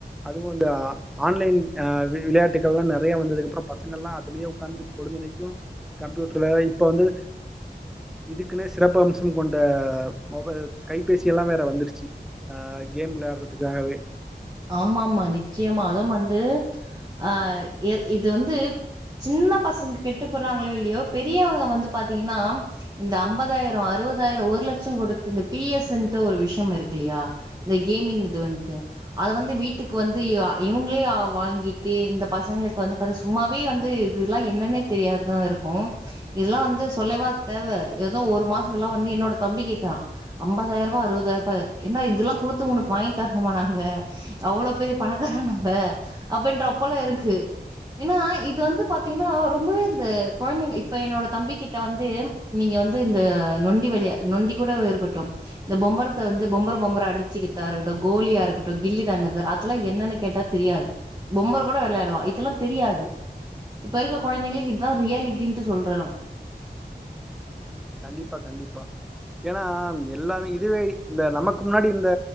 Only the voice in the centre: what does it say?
அதுவு இந்த அ ஆன்லைன் அ வி விள்யாட்டுகல்லா நெறைய வந்தது அப்புற பசங்கல்லா அதுல்லே உக்காந்து பொழுதனைக்கு கம்ப்யூட்ர இப்ப வந்து இதுக்குன்னே சிறப்பு அம்சம் கொண்ட மொப கைபேசி எல்லா வேற வந்துருச்சு அ கேம் விள்ளயாடுட்றதுக்காகவே
கண்டிப்பா கண்டிப்பா ஏனா எல்லாருமே இதுவே இந்த நமக்கு முன்னாடி இந்த